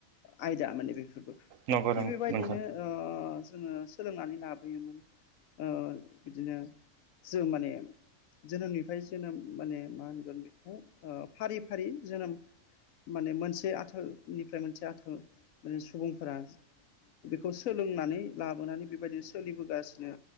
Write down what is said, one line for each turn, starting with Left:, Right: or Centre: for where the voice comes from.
Left: आयदा माने बेफोरबो
Right: नंगौ
Left: थिग
Right: नंगौ
Left: बेबायदिनो
Right: नोंथां
Left: ओ जोङो सोलोंनानै लाबोयोमोन ओ इदिनो जों माने जोनोमनिफाय जोनोम माने मा होनगोन बेखौ ओ फारि फारि जोनोम माने मोनसे आथोलनिफ्राय मोनसे आथोल माने सुबुंफोरा बेखौ सोलोंनानै लाबोनानै बेबायदिनो सोलिबोगासिनो